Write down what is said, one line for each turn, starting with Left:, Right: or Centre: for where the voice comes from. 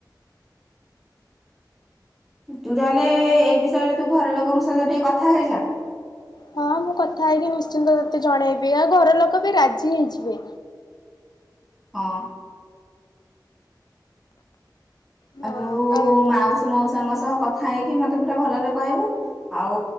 Centre: ତୁ ତାହେଲେ ଏଇ ବିଷୟରେ ତୁ ଘର ଲୋକଙ୍କ ସହିତ ଟିକେ କଥା ହେଇଯା।
Left: ହଁ ମୁଁ କଥା ହେଇକି ନିଶ୍ଚିନ୍ତ ତତେ ଜଣେଇବି ଆଉ ଘର ଲୋକ ବି ରାଜି ହେଇଯିବେ।
Centre: ହଁ।
Left: ହଁ
Centre: ଆରୁ
Left: ଆଉ
Centre: ମାଉସୀ ମୋଉସଙ୍କ ସହ କଥା ହେଇକି ମତେ ପୁରା ଭଲରେ କହିବୁ ଆଉ